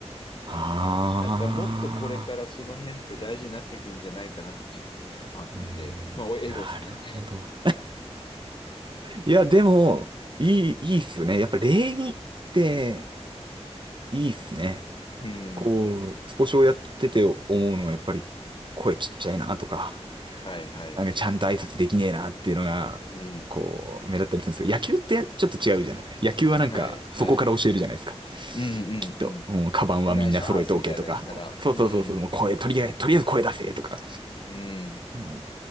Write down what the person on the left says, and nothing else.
なんかもっとこれからその辺って大事になってくるんじゃないかなっていうのもあって、
まあ、おエゴっすね。
<laughs> うん。
はいはいはい。
うん。
はいはい。うんう
んうん。
お願いしますみたいなやつから。
うん。
うん。